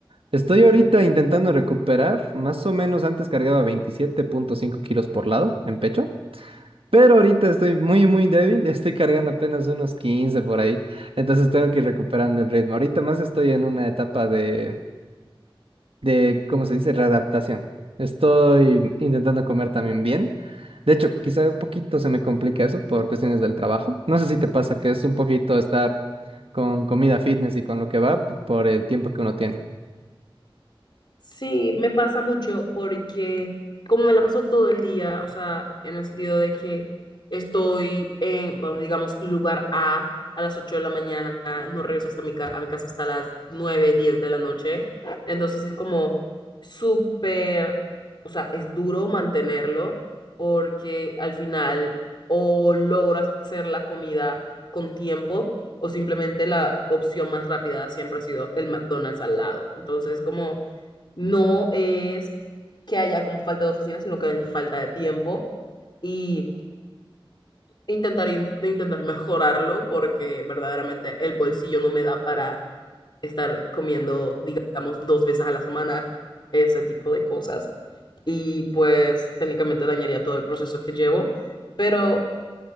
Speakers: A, on the right; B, on the left.
A: Estoy ahorita intentando recuperar, más o menos antes cargaba 27.5 kilos por lado en pecho. Pero ahorita estoy muy, muy débil, estoy cargando apenas unos 15 por ahí, entonces tengo que ir recuperando el ritmo. Ahorita más estoy en una etapa de, de, ¿cómo se dice? Readaptación. Estoy intentando comer también bien. De hecho, quizá un poquito se me complica eso por cuestiones del trabajo. No sé si te pasa que es un poquito estar con comida fitness y con lo que va por el tiempo que uno tiene.
B: Sí, me pasa mucho porque como me la paso todo el día, o sea, en el sentido de que estoy en, bueno, digamos, lugar A a las 8 de la mañana, no regreso hasta mi ca- a mi casa hasta las 9 10 de la noche, entonces es como súper, o sea, es duro mantenerlo porque al final o logro hacer la comida con tiempo o simplemente la opción más rápida siempre ha sido el McDonald's al lado, entonces como no es que haya como falta de oficina, sino que hay falta de tiempo y intentar, de intentar mejorarlo porque verdaderamente el bolsillo no me da para estar comiendo, digamos, dos veces a la semana ese tipo de cosas y pues técnicamente dañaría todo el proceso que llevo, pero